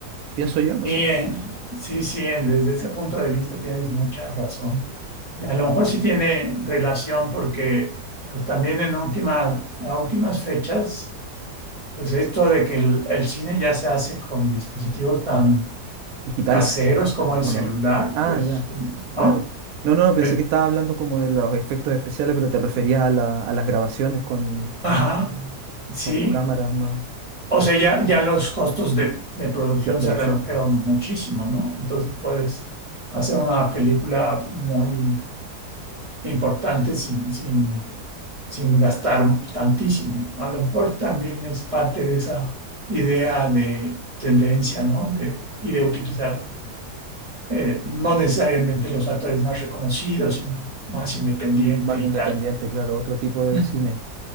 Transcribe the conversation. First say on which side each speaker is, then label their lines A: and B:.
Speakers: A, on the right; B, on the right.
A: Pienso yo, no
B: sí, eh,
A: sé.
B: sí, sí, en- desde ese punto de vista tienes mucha razón. Y a lo mejor sí tiene relación porque, pues también en última, a últimas fechas, pues esto de que el, el cine ya se hace con dispositivos tan
A: Digitales.
B: caseros como el
A: ¿O
B: celular,
A: no? Ah,
B: pues,
A: ya,
B: como- ¿no?
A: claro. No, no, no, pensé
B: Eh,
A: que estaba hablando como de los efectos especiales, pero te referías a, la- a las grabaciones con,
B: ajá, sí.
A: con cámaras más
B: O sea, ya, ya los costos de, de producción
A: de producción,
B: se redujeron muchísimo, ¿no? Entonces puedes hacer una película muy importante sin, sin, sin gastar tantísimo. A lo mejor también es parte de esa idea de tendencia, ¿no? De, y de utilizar eh, no necesariamente los actores más reconocidos, sino más independiente
A: m- más
B: y
A: independiente,
B: tal.
A: claro, otro tipo de
B: Ujú.
A: cine.